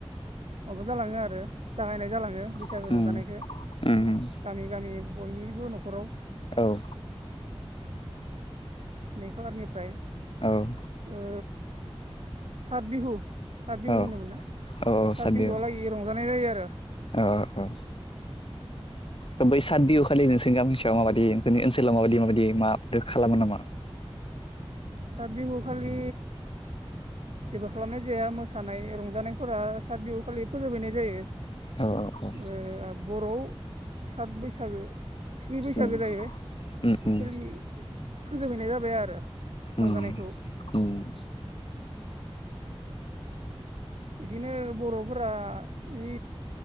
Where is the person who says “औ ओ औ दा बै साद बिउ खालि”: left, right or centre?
Left